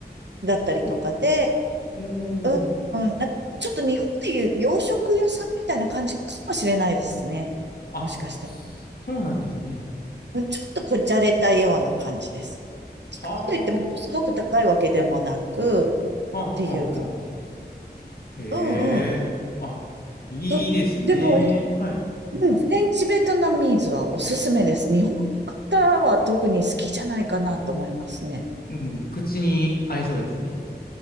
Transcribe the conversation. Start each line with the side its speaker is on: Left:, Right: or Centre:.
Right: だったりとかで、
Left: うん。
Right: うん、うん、
Left: おー
Right: なんかちょっと日本でいう洋食屋さんみたいな感じかもしれないですね。
Left: あ、
Right: もしかしたら。
Left: そうなんですね。
Right: うんちょっとこじゃれたような感じです。
Left: は
Right: といってもすごく高いわけでもなくっ
Left: あ、はあ、
Right: ていうか、
Left: はあ、はあ。へえ、
Right: うんうん。
Left: あ、いいですね。
Right: とっても、うん
Left: はい。
Right: フレンチベトナミーズはおすすめです。日本の方は特に好きじゃないかなと思いますね。
Left: うん、口に合いそうですね。